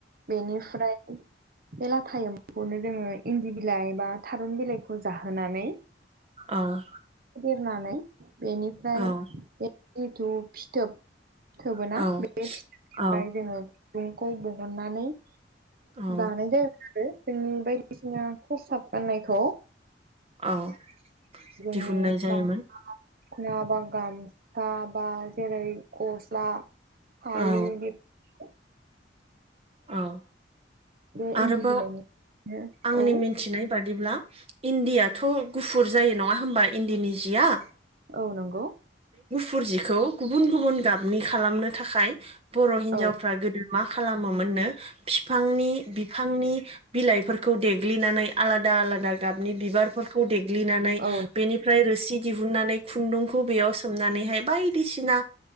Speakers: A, on the right; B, on the right.
A: बेनिफ्राय बे लाथा एम्फौखौनो जोङो इन्दि बिलाइ बा थारुन बिलाइखौ जाहोनानै
B: औ
A: होननानै बेनिफ्राय
B: औ
A: जिथु फिथोब थोबोना
B: औ
A: बे फिथोबनिफ्राय
B: औ
A: जोङो खुन्दुंखौ दिहननानै
B: औ
A: दानाय जाया आरो जोंनि बायदिसिना खसाब गाननायखौ।
B: औ। दिहुननाय
A: <inaudible>
B: जायोमोन
A: नंङाबा गामसा बा जेरै गस्ला। फालि
B: औ
A: बिफोर।
B: औ
A: बे
B: आरोबाव
A: इन्दि बिलाइनि
B: आंनि
A: औ
B: मिथिनाय। बादिब्ला इन्दियाथ गुफुर जायो नंङा होमबा इन्दिनि जिया।
A: औ नंगौ।
B: गुफुरजिखौ गुबुन गुबुन गाबनि खालामनो थाखाय बर हिनजावफ्रा
A: औ
B: गोदो मा खालामो। मोननो फिफांनि बिफांनि। बिलाइफोरखौ देग्लिनानै आलादा आलादा गाबनि बिबारफोरखौ दे। देग्लिनानै
A: औ
B: बेनिफ्राय रोसि। दिहुननानै खुन्दुंखौ बे सोमनानैहाय बायदिसिना